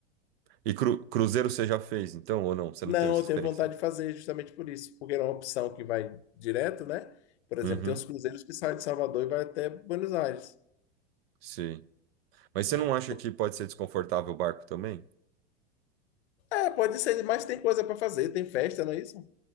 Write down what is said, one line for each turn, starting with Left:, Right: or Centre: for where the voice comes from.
Right: E cru- cruzeiro você já fez, então, ou não? Você
Left: Não,
Right: não teve essa
Left: eu
Right: experiência?
Left: tenho vontade de fazer justamente por isso, porque era uma opção que vai direto, né? Por exemplo,
Right: Uhum,
Left: tem uns cruzeiros que saem de Salvador e vai até Buenos Aires,
Right: sim. Mas
Left: né?
Right: você não acha que pode ser desconfortável o barco também?
Left: É, pode ser, mas tem coisa para fazer, tem festa, não é isso?